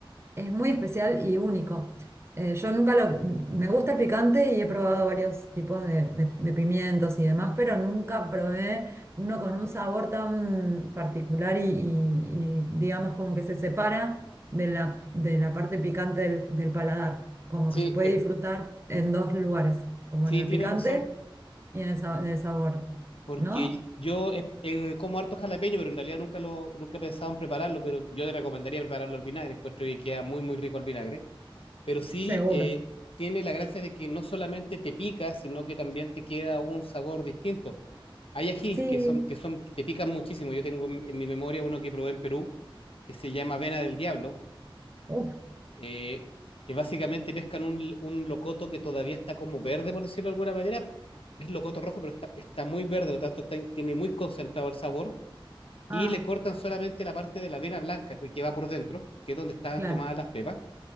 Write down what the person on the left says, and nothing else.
Sí,
eh,
sí,
tienes
razón,
porque
yo eh, eh, como harto jalapeño, pero en realidad nunca lo, nunca he pensado en prepararlo, pero yo te recomendaría prepararlo al vinagre. Encuentro que queda muy, muy rico al vinagre. pero sí
eh, tiene la gracia de que no solamente te pica, sino que también te queda un sabor distinto. Hay ajís
que son, que son, que te pican muchísimo. Yo tengo en, en mi memoria uno que probé en Perú, que se llama avena del diablo,
eh, que básicamente pescan un, un locoto que todavía está como verde, por decirlo de alguna manera. Es locoto rojo, pero está, está muy verde, por lo tanto está- tiene muy concentrado el sabor.
Y le cortan solamente la parte de la avena blanca que que va por dentro, que es donde están
tomadas las pepas